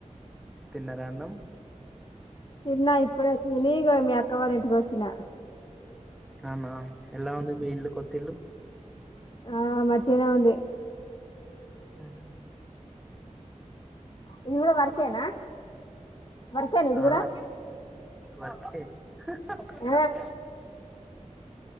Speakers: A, in the centre; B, on the left.
A: తిన్నరా అన్నం
B: తిన్నా ఇప్పుడే తిని ఇక మీ అక్కవాళ్ళింటికి వచ్చిన
A: అవునా ఎలా ఉంది మీ ఇల్లు కొత్తిల్లు
B: ఆ మంచిగనే ఉంది
A: అహ
B: ఇది కూడా వర్కేనా వర్కేనా ఇది
A: ఆ
B: కూడా
A: వర్కే హ్మ్
B: ఆ